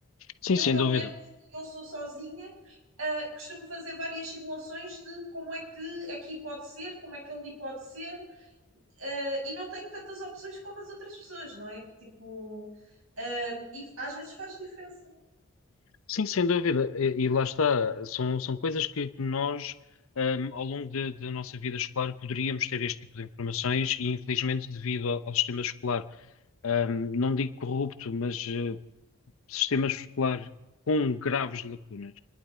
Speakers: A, on the left; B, on the right.
A: Sim,
B: Eu,
A: sem
B: pelo
A: dúvida.
B: menos, eu sou sozinha, uh, costumo fazer várias simulações de como é que aqui pode ser, como é que ali pode ser, eh, e não tenho tantas opções como as outras pessoas, não é? Tipo, ehm, e às vezes faz diferença,
A: Sim, sem dúvida. E, e lá está, são, são coisas que, que nós, ahm, ao longo de- da nossa vida escolar, poderíamos ter este tipo de informações e, infelizmente, devido ao, ao sistema escolar, ahm, não digo corrupto, mas eh, sistema escolar com graves lacunas,